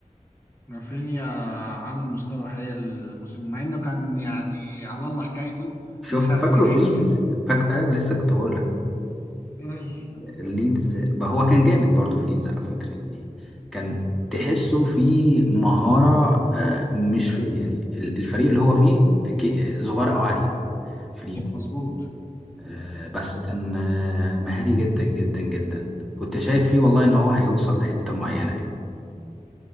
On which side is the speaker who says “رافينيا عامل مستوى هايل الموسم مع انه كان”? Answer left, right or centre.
Left